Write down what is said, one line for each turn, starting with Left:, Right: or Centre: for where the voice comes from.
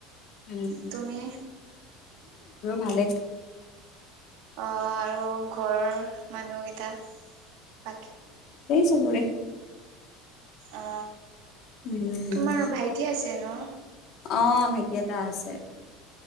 Left: উম
Right: তুমি?
Left: ভালে।
Right: অ আৰু ঘৰৰ মানুহ কেইটা বাকী?
Left: খবৰে।
Right: অ
Left: উম
Right: তোমাৰ ভাইটি আছে ন?
Left: অ ভাইটি এটা আছে।